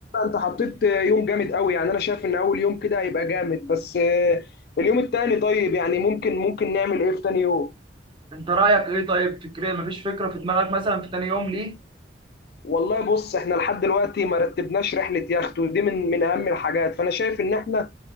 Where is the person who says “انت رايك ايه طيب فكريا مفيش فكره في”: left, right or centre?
Right